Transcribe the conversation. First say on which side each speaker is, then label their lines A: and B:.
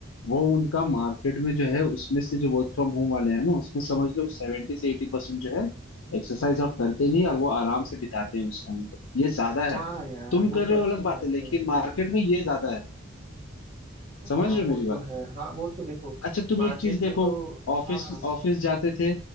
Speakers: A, on the left; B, on the right.
A: वो उनका मार्केट में जो है उसमें से जो वर्क फ्रॉम होम वाले हैं ना उसमें समझ लो सेवेंटी से एटी परसेंट जो है एक्सरसाइज और करते नहीं और वो आराम से बिताते हैं उस टाइम को ये ज्यादा
B: हाँ
A: है
B: यार
A: तुम
B: वो
A: कर रहे
B: तो अच्छी
A: हो अलग बात
B: बात
A: है लेकिन
B: है
A: मार्केट में ये ज्यादा है समझ
B: हाँ
A: रहे हो
B: वो
A: मेरी बात
B: तो है हाँ वो तो देखो
A: अच्छा तुम
B: मार्केट
A: एक चीज देखो
B: में तो
A: ऑफिस
B: हाँ हाँ
A: ऑफिस जाते थे